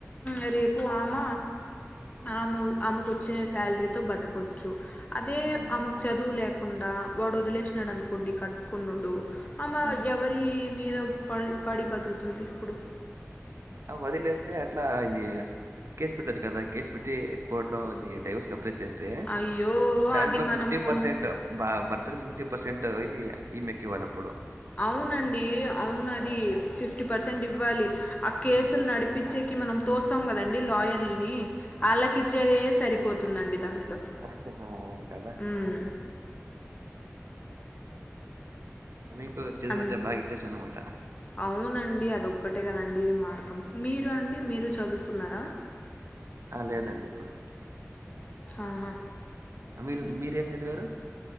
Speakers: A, on the left (about 30°); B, on the right (about 65°).
A: ఆ రేపు ఆమ
B: హ్మ్.
A: ఆమె ఆమెకొచ్చే శాలరీతో బతకోచ్చు అదే
B: హ్మ్. హ్మ్.
A: ఆమె చదువు లేకుండా వాడు వదిలేసినాడు
B: హ్మ్.
A: అనుకోండి కట్టుకున్నొడు అమె
B: అవును.
A: ఎవరి మీద పడి పడి బతుకుతుంది ఇప్పుడు
B: ఆ వదిలేస్తే అట్లా ఇది కేసు పెట్టొచ్చు కదా కేసు పెట్టి కోర్టు లో ది డైవర్స్ కి అప్లై చేస్తే
A: అయ్యో
B: దాంట్లో
A: అది మనము
B: ఫిఫ్టీ పర్సెంట్ బా భర్తలు ఫిఫ్టీ పర్సెంట్ ఇది ఈమెకు ఇవ్వాలి అప్పుడు
A: అవునండి అవును అది ఫిఫ్టీ పర్సెంట్ ఇవ్వాలి ఆ కేసులు
B: ఉమ్
A: నడిపిచ్చేకి మనం తోస్సాం కదండి లాయర్ల ని ఆళ్ళకి ఇచ్చేదే సరిపోతుందండి దాంట్లో
B: అహ్ అవును కదా <inaudible>
A: ఉమ్
B: మీకు చదువు
A: అన్
B: అంటే బాగా ఇంట్రెస్ట్ అనమాట
A: అవునండి అది ఒక్కటే కదండి మార్గం మీరు అండి మీరూ చదువుతున్నారా
B: ఆ లేదండి ఇప్పుడు
A: ఆహా
B: మీరు మీరేం చదివారు